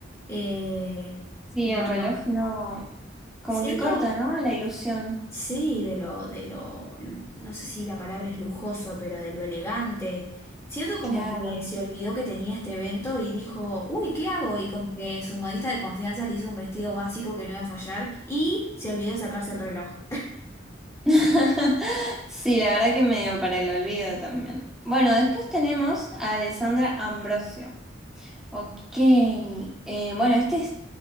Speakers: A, on the left (about 15°); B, in the centre.
A: Eh,
B: Sí,
A: no,
B: el reloj
A: no.
B: no, como
A: Siento,
B: que corta, ¿no? La ilusión.
A: Sí, de lo, de lo, no sé si la palabra es lujoso, pero de lo elegante. Siento como
B: Claro.
A: que se olvidó que tenía este evento y dijo, uy, ¿qué hago? Y como que su modista de confianza le hizo un vestido básico que no iba a fallar y se olvidó de sacarse el reloj.
B: <laughs> Sí, la verdad que medio para el olvido también. Bueno, después tenemos a Alessandra Ambrosio. Ok, eh, bueno, este es,